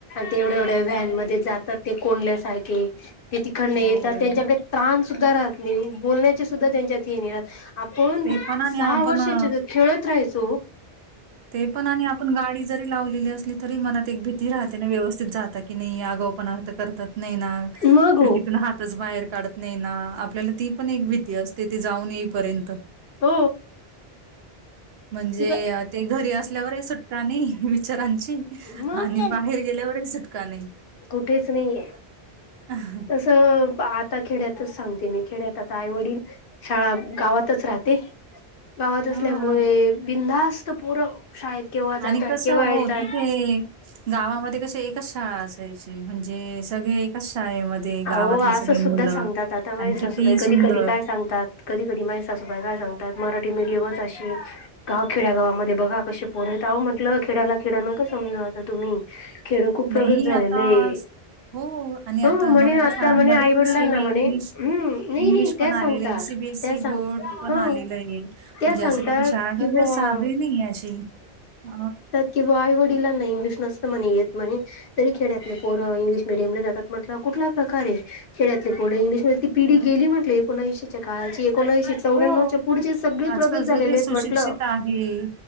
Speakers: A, on the left; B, on the right.
A: तेवढ्यावढ्या वॅनमध्ये जातात ते कोंल्यासारखे ते तिखडनं
B: हो,
A: येतात त्यांच्याकडे त्रान सुद्धा राहत नाही बोलण्याची सुद्धा त्यांच्यात ही नाही राहत आपण
B: ते पण आणि
A: सहा
B: आपण
A: वर्षा
B: अ,
A: हेच्यात खेळ त राहायचो हो.
B: ते पण आणि आपण गाडी जरी लावलेली असली तरी मनात एक भीती राहते ना व्यवस्थित जात की नाही आगाव पणा करतात नाही ना.
A: मग
B: खिडकून
A: हो
B: हातच बाहेर काढत नाही ना आपल्याला ती पण एक भीती असते ती जाऊन येईपर्यंत.
A: हो
B: म्हणजे
A: ते प
B: यात घरी असल्यावरही आहे सुटका नाही विचारांची
A: मग
B: आणि बाहेर गेल्यावरही सुटका नाही.
A: कुठेच नाहीे आहे.
B: <unintelligible>
A: कसं आता खेड्यातच सांगते मी खेड्यात आता आई वडील शाळा गावातच राहते. गावात असल्यामुळे
B: हां.
A: बिंधास्त पोरं शाळेत केव्हा जातात
B: आणि कसं
A: केव्हा
B: हो
A: येतात
B: तिथे गावामध्ये कशे एक कच शाळा असायची म्हणजे सगळे एकच शाळेमध्ये गावातली
A: आहों असं
B: सगळी
A: सुद्धा
B: मुलं
A: सांगतात आता माझी
B: आणि किती
A: सासूबाई कधी-कधी
B: सुंदर.
A: काय सांगतात कधी-कधी माय सासूबाई काय सांगतात मराठी मीडियमच अशी गाव खेड्यागावामध्ये बघा कशे पोरं आहेत महटलं खेड्याला खेड्या न का समजा आता तुम्ही. खेडं खूप प्रगत
B: नाही
A: झालेलं
B: आता
A: आहे
B: हो आणि आता
A: हो
B: ता
A: म्हणे
B: मराठी
A: आता
B: शाळांमध्ये
A: म्हणे आई
B: पण
A: वडिलांना
B: सेमी
A: म्हणे
B: इंग्लिश
A: हम्म नाही
B: इंग्लिश
A: नाही त्या
B: पण आलेले
A: सांगतात
B: सी बी एस
A: त्या
B: सी
A: सांग
B: बोर्ड पण
A: ह
B: आलेलं आहे म्हणजे
A: त्या सांगतात
B: असं किती शाळा
A: कि बुवा
B: हे सादं ही नाही आहे अशी अ
A: किंवा आई वडिलां ना इंग्लिश नसतं म्हणे येत म्हणे तरी खेड्यातले पोरं इंग्लिश मिडियमला जातात म्हटलं कुठला प्रकार आहे खेड्यातले पोले इंग्लिश म ती पीढी गेली म्हटली एकोणशेच्या काळायची एकोणशे चौऱ्यानवच्या
B: हो.
A: पुढचे सगळे
B: आजकाल
A: प्रगत
B: सगळे
A: झालेले आहेत
B: सुशिक्षित
A: म्हटलं.
B: आहे,